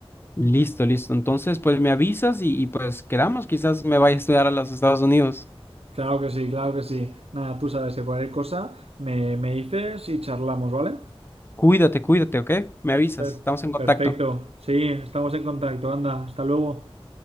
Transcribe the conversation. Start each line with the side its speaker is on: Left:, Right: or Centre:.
Left: Listo, listo. Entonces, pues me avisas y, y pues quedamos. Quizás me vaya a estudiar a los Estados Unidos.
Right: Claro que sí, claro que sí. Nada, tú sabes que cualquier cosa me, me dices y charlamos, ¿vale?
Left: Cuídate, cuídate, ¿ok? Me avisas.
Right: Per-
Left: Estamos en
Right: perfecto,
Left: contacto.
Right: sí, estamos en contacto, anda, hasta luego.